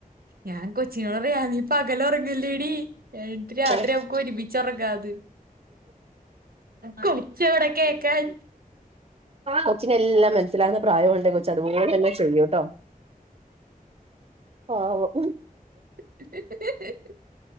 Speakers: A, on the right; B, on the right.
A: ഞാൻ കൊച്ചിനോട് പറയും നീ പകൽ ഉറങ്ങല്ലേടി ന്നിട്ട്
B: ഉറങ്ങും
A: രാത്രി മ്മക്ക് ഒരുമിച്ചെറങ്ങാന്ന് കൊചെവിടെ കേക്കാൻ
B: കൊച്ചിനെ എല്ലാം മനസ്സിലാവകുന്ന പ്രായണ്ട് കൊച് അതുപോലെ തന്നെ ചെയ്യൂ ട്ടൊ പാവം
A: <unintelligible>